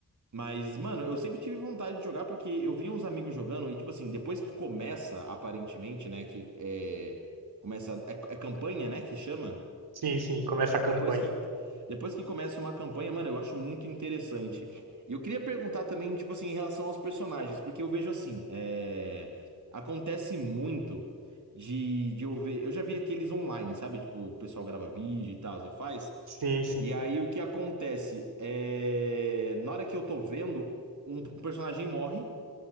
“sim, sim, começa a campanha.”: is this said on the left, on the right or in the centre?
Right